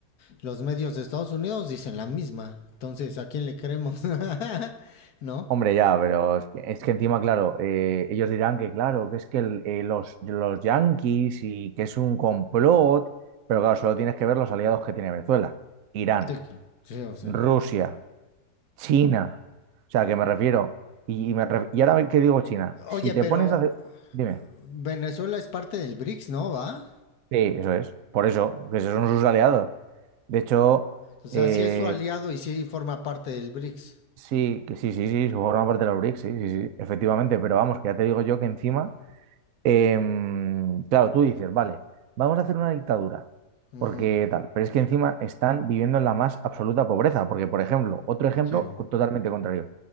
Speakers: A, on the left; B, on the right.
A: Los medios de Estados Unidos dicen la misma. Entonces, ¿a quién le creemos? <laughs> ¿No?
B: Hombre, ya, pero es que, es que encima, claro, eh, ellos dirán que, claro, que es que el- eh, los, los yanquis y que es un complot, pero claro, solo tienes que ver los aliados que tiene Venezuela. Irán,
A: Te- Sí, o sea.
B: Rusia, China. O sea, que me refiero. Y, y me ref- y ahora que digo China, si
A: Oye,
B: te
A: pero
B: pones a hacer... Dime.
A: Venezuela es parte del BRICS, ¿no? ¿Va?
B: Sí, eso es. Por eso, que esos son sus aliados. De hecho,
A: O sea,
B: eh,
A: sí es su aliado y sí forma parte del BRICS.
B: sí, que sí, sí, sí, se forma parte de los BRICS, sí, sí, sí, efectivamente. Pero vamos, que ya te digo yo que encima Em, claro, tú dices, vale, vamos a hacer una dictadura,
A: Ujú,
B: porque tal, pero es que encima están viviendo en la más absoluta pobreza, porque, por ejemplo, otro ejemplo
A: Sí,
B: co- totalmente contrario,